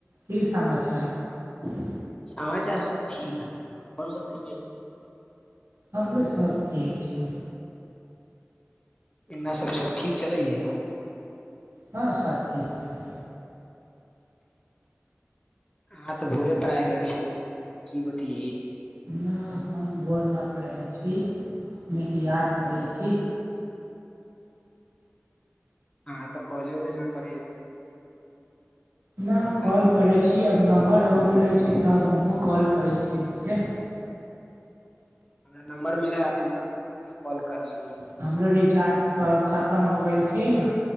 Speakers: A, on the right (about 65°); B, on the left (about 20°).
A: की समाचार
B: समाचार सब ठीक हथि हम बताैयए
A: हमरो सभ ठीक छी
B: एना सभ सभ ठीक चलैए
A: हँ सब ठीक चलए
B: अहाँ तऽ भोरे परायए रहल छियै हमरा की बत
A: नहि हम भोर न पायल छी अपने के याद करै छी
B: हँ तऽ कॉले ओल न करै
A: नहि
B: हमरा
A: कॉल करै छी यै नम्बर हो गेल अछि तब हमहुँ कॉल करै छियै सँ
B: हमरा नम्बर मिले हथिन तऽ हम सोचलिय कॉल करलियै
A: हमरो रिचार्ज कल खतम खतम हो गेल छियै ने